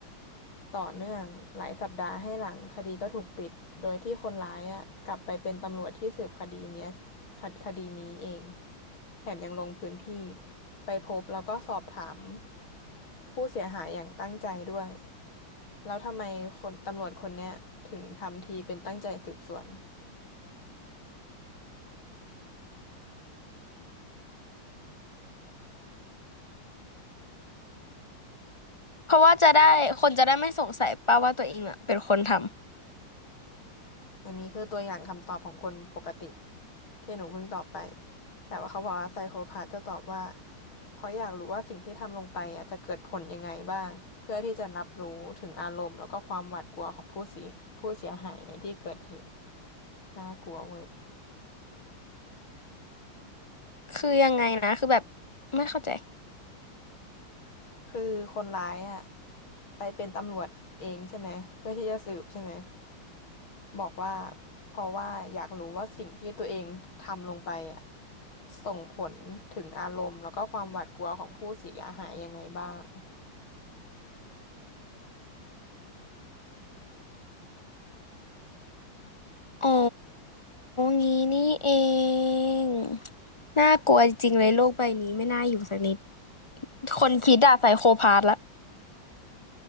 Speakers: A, on the left; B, on the left.
A: ต่อเนื่องหลายสัปดาห์ให้หลังคดีก็ถูกปิด โดยที่คนร้ายอ่ะกลับไปเป็นตำรวจที่สืบคดีเนี้ยคคดีนี้เองแถมยังลงพื้นที่ไปพบแล้วก็สอบถามผู้เสียหายอย่างตั้งใจด้วยแล้วทำไมคนตำรวจคนเนี้ยถึงทำทีเป็นตั้งใจสืบสวน
B: เพราะว่าจะได้คนจะได้ไม่สงสัยป้าว่าตัวเองอ่ะเป็นคนท
A: อันนี้คือตัวอย่างคำตอบของคนปกติที่หนูเพิ่งตอบไปแต่ว่าเขาบอกว่าไซโคพาธจะตอบว่าเพราะอยากรู้ว่าสิ่งที่ทำลงไปอ่ะจะเกิดผลยังไงบ้างเพื่อที่จะรับรู้ถึงอารมณ์แล้วก็ความหวาดกลัวของผู้เสียผู้เสียหายในที่เกิดเหตุน่ากลัวเวอร์
B: ำ คือยังไงนะ คือแบบไม่เข้าใจ
A: คือคนร้ายอ่ะไปเป็นตำรวจเองใช่ไหมเพื่อที่จะสืบใช่ไหม บอกว่าเพราะว่าอยากรู้ว่าสิ่งที่ตัวเองทำลงไปอ่ะส่งผลถึงอารมณ์แล้วก็ความหวาดกลัวของผู้เสียหายยังไงบ้าง
B: อ๋องี้นี่เองน่ากลัวจริงๆเลยโลกใบนี้ไม่น่าอยู่สักนิดคนคิดอะไซโคพาธละ